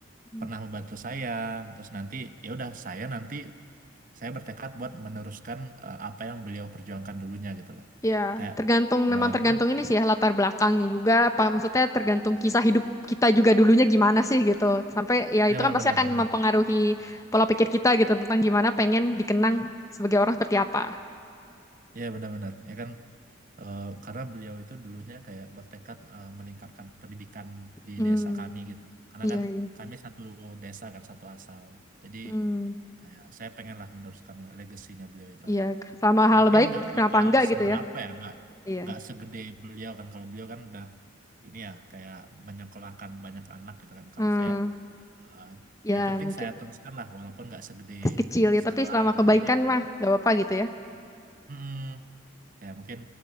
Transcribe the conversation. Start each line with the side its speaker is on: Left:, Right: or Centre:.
Left: hmm.
Right: pernah membantu saya terus nanti ya udah saya nanti saya bertekad buat meneruskan eh, apa yang beliau perjuangkan dulunya gitu loh
Left: Ya,
Right: kayak
Left: tergantung
Right: eh,
Left: memang tergantung
Right: apa
Left: ini sih ya latar belakangnya juga apa maksudnya tergantung kisah hidup kita juga dulunya gimana sih gitu. Sampai ya itu
Right: memang
Left: kan pasti
Right: benar-benar
Left: akan mempengaruhi pola pikir kita gitu tentang gimana pengen dikenang sebagai orang seperti apa.
Right: ya benar-benar ya kan eh, karena beliau itu dulunya kayak bertekad eh, meningkatkan pendidikan di
Left: Hmm,
Right: desa kami gitu karena
Left: iya
Right: kan
Left: iya.
Right: kami satu desa kan satu asal jadi
Left: Hmm,
Right: kayak saya pengenlah meneruskan legasinya beliau itu
Left: iya sama
Right: ya
Left: hal
Right: mungkin
Left: baik
Right: nggak
Left: kenapa
Right: bakal
Left: enggak
Right: seberapa
Left: gitu ya.
Right: ya nggak
Left: Iya.
Right: nggak segede beliau kan kalau beliau kan udah ini ya kayak menyekolahkan banyak anak gitu kan kalau
Left: Hmm,
Right: saya eh,
Left: ya
Right: ya penting
Left: mungkin
Right: saya teruskan lah walaupun nggak segede
Left: kecil ya
Right: skala
Left: tapi selama kebaikan
Right: gedenya itu
Left: mah gak apa-apa gitu ya.
Right: hmm, ya mungkin